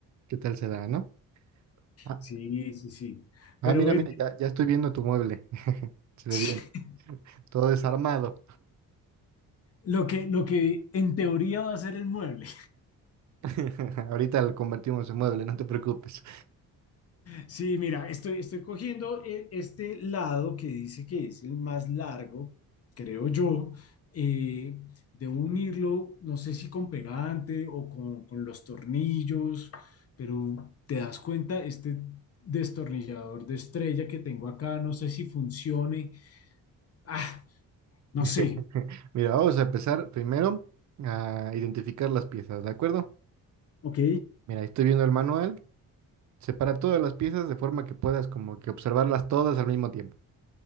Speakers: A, on the right (about 55°); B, on the left (about 40°).
A: qué tal se da, ¿no? Ah,
B: Sí, sí, sí.
A: ah,
B: Pero
A: mira,
B: ven,
A: mira, ya, ya estoy viendo tu mueble. Se ve
B: <laughs>
A: bien, todo desarmado.
B: lo que, lo que en teoría va a ser el mueble.
A: <laughs> Ahorita lo convertimos en mueble, no te preocupes.
B: Sí, mira, estoy, estoy cogiendo eh, este lado que dice que es el más largo, creo yo. eh, debo unirlo, no sé si con pegante o con, con los tornillos, pero te das cuenta, este destornillador de estrella que tengo acá, no sé si funcione. Ah, no sé.
A: <laughs> Mira, vamos a empezar primero a identificar las piezas, ¿de acuerdo?
B: Ok.
A: Mira, estoy viendo el manual. Separa todas las piezas de forma que puedas como que observarlas todas al mismo tiempo.